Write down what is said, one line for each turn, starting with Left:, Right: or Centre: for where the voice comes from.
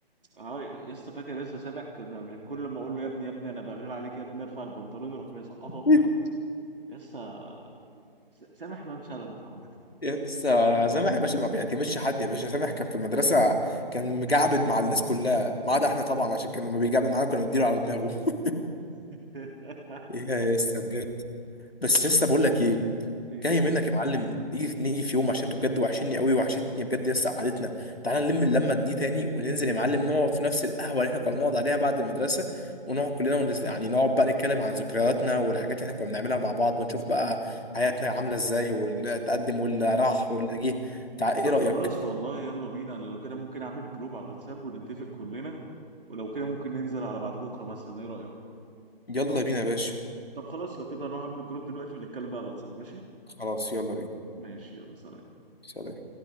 Right: اه لسه فاكر لسه سامع كنا مش كل ما اقول له يا ابني يا ابني انا بغير عليك يا ابني ارفع البنطلون يروح مسقطه اكتر
Left: <laughs>
Right: لسه س- سامح نونشالنت عامه
Left: يسا سامح يا باشا ما بيعتمدش حد يا باشا سامح كان في المدرسة كان مجعبد مع الناس كلها ما عدا احنا طبعا عشان كان لما بيجعبد معانا كنا بنديله على دماغه <laughs>
Right: <laughs>
Left: يا يسا بجد بس يسا بقول لك ايه
Right: ايه
Left: جايه منك يا معلم نيجي نيجي في يوم عشان انتوا بجد وحشني قوي وحشتني بجد يس قعدتنا تعالى نلم اللمه دي تاني وننزل يا معلم نقعد في نفس القهوه اللي احنا كنا بنقعد عليها بعد المدرسه ونقعد كلنا ونز... يعني نقعد بقى نتكلم عن ذكرياتنا والحاجات اللي احنا كنا بنعملها مع بعض ونشوف بقى حياتنا عامله ازاي واللي تقدم واللي
Right: مم.
Left: راح واللي جه تع... ايه
Right: طب
Left: رايك
Right: خلاص والله يلا بينا انا لو كده ممكن اعمل جروب على الواتساب ونتفق كلنا ولو كده ممكن ننزل على بعد بكره مثلا ايه رايك
Left: يلا بينا يا باشا
Right: طب خلاص لو كده نروح اعمل الجروب دلوقتي ونتكلم بقى على الواتساب ماشي
Left: خلاص يلا بينا
Right: ماشي يلا سلام
Left: سلام